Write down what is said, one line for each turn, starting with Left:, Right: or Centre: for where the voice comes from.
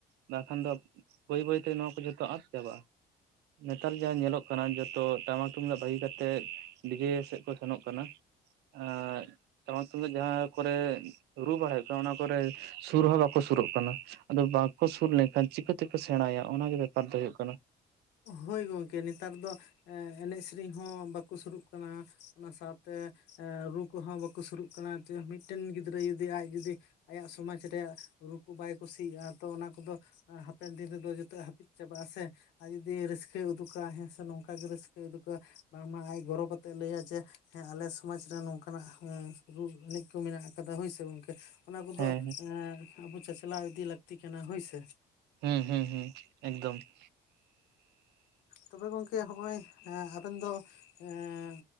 Right: ᱵᱟ ᱠᱷᱟᱱ ᱫᱚ ᱵᱟᱹᱭ ᱵᱟᱹᱭᱛᱮ ᱱᱚᱣᱟ ᱠᱚ ᱡᱷᱚᱛᱚ ᱟᱫ ᱪᱟᱵᱟᱜᱼᱟ᱾ ᱱᱮᱛᱟᱨ ᱡᱟᱦᱟᱸ ᱧᱮᱞᱚᱜ ᱠᱟᱱᱟ ᱡᱷᱚᱛᱚ ᱴᱟᱢᱟᱠ ᱛᱩᱢᱫᱟᱜ ᱵᱷᱟᱹᱜᱤ ᱠᱟᱛᱮᱜ ᱰᱤᱡᱮ ᱥᱮᱫ ᱠᱚ ᱥᱮᱱᱚᱜ ᱠᱟᱱᱟ᱾ ᱟᱨ ᱴᱟᱢᱟ ᱛᱩᱢᱫᱟᱜ ᱡᱟᱦᱟᱸ ᱠᱚᱨᱮ ᱨᱩ ᱵᱟᱲᱟᱭ ᱦᱩᱭᱩᱜ ᱠᱟᱱᱟ ᱚᱱᱟ ᱠᱚᱨᱮ ᱥᱩᱨ ᱦᱚᱸ ᱵᱟᱠᱚ ᱥᱩᱨᱚᱜ ᱠᱟᱱᱟ᱾ ᱟᱫᱚ ᱵᱟᱝᱠᱚ ᱥᱩᱨ ᱞᱮᱱᱠᱷᱟᱱ ᱪᱤᱠᱟᱹᱛᱮᱠᱚ ᱥᱮᱬᱟᱭᱟ ᱚᱱᱟᱜᱮ ᱵᱮᱯᱟᱨ ᱫᱚ ᱦᱩᱭᱩᱜ ᱠᱟᱱᱟ᱾
Left: ᱦᱳᱭ ᱜᱚᱝᱠᱮ ᱱᱮᱛᱟᱨ ᱫᱚᱼᱼ ᱮᱱᱮᱡ ᱥᱮᱨᱮᱧ ᱦᱚᱸ ᱵᱟᱠᱚ ᱥᱩᱨᱩᱜ ᱠᱟᱱᱟ ᱚᱱᱟ ᱥᱟᱶᱛᱮ, ᱨᱩ ᱠᱚᱦᱚᱸ ᱵᱟᱠᱚ ᱥᱩᱨᱩᱜ ᱠᱟᱱᱟ ᱢᱤᱫᱴᱮᱱ ᱜᱤᱫᱽᱨᱟᱹ ᱡᱩᱫᱤ ᱟᱡ ᱡᱩᱫᱤᱼᱼ ᱟᱭᱟᱜ ᱥᱚᱢᱟᱡᱽ ᱨᱮᱭᱟᱜ ᱨᱩ ᱠᱚ ᱵᱟᱭ ᱠᱩᱥᱤᱭᱟᱜᱼᱟ ᱛᱚ ᱚᱱᱟ ᱠᱚᱫᱚ ᱦᱟᱯᱮᱱ ᱫᱤᱱ ᱨᱮᱫᱚ ᱡᱚᱛᱚ ᱦᱟᱹᱯᱤᱫ ᱪᱟᱵᱟᱜᱼᱟ ᱥᱮ, ᱟᱡ ᱡᱩᱫᱤ ᱨᱟᱹᱥᱠᱟᱹᱭ ᱩᱫᱩᱜᱟ ᱦᱮᱸᱥᱮ ᱱᱚᱝᱠᱟ ᱜᱮ ᱨᱟᱹᱥᱠᱟᱹᱭ ᱩᱫᱩᱜᱟ ᱵᱟᱝᱢᱟ ᱟᱡ ᱜᱚᱨᱚᱵ ᱟᱛᱮ ᱞᱟᱹᱭᱟ ᱡᱮ ᱦᱮᱸ ᱟᱞᱮ ᱥᱚᱢᱟᱡ ᱨᱮ ᱱᱚᱝᱠᱟᱱᱟᱜ ᱦᱮᱸ ᱨᱩ ᱮᱱᱮᱡ ᱠᱚ ᱢᱮᱱᱟᱜ ᱠᱟᱫᱟ ᱦᱳᱭᱥᱮ ᱜᱚᱝᱠᱮ ᱚᱱᱟ ᱠᱚᱫᱚ
Right: ᱦᱮᱸ
Left: ᱮᱸ ᱟᱵᱚ ᱪᱟᱪᱞᱟᱣ ᱤᱫᱤ ᱞᱟᱹᱠᱛᱤ ᱠᱟᱱᱟ ᱦᱳᱭᱥᱮ ᱾
Right: ᱦᱩᱸ ᱦᱩᱸ ᱦᱩᱸ ᱮᱠᱫᱚᱢ ᱾
Left: ᱛᱚᱵᱮ ᱜᱚᱝᱠᱮ ᱦᱚᱸᱜᱼᱚᱭ ᱮᱸ ᱟᱵᱮᱱ ᱫᱚ ᱮᱸ